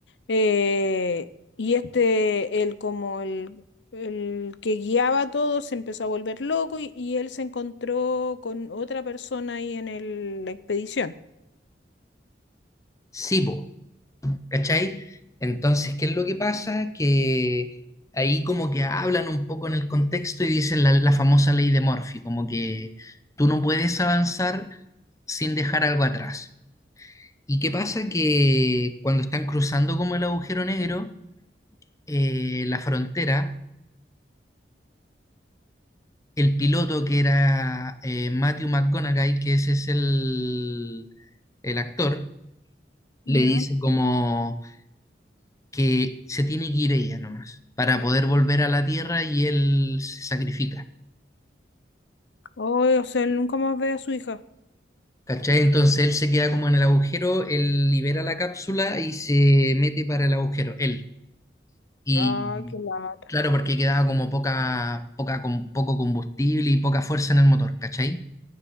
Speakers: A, on the left; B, on the left.
A: eh, y este, el como el, el que guiaba a todos se empezó a volver loco y, y él se encontró con otra persona ahí en el- la expedición.
B: Sí, po, ¿cachai? Entonces, ¿qué es lo que pasa? Que ahí como que hablan un poco en el contexto y dicen la, la famosa ley de Murphy, como que tú no puedes avanzar sin dejar algo atrás. ¿Y qué pasa? Que cuando están cruzando como el agujero negro, eh, la frontera, el piloto que era eh, Matthew McConaughey, que ese es el el actor, le
A: Ya.
B: dice como que se tiene que ir ella nomás para poder volver a la Tierra y él se sacrifica.
A: Ay, o sea, él nunca más ve a su hija.
B: ¿Cachai? Entonces él se queda como en el agujero, él libera la cápsula y se mete para el agujero, él. Y
A: Ay, qué lata.
B: claro, porque quedaba como poca, poca, con poco combustible y poca fuerza en el motor, ¿cachai?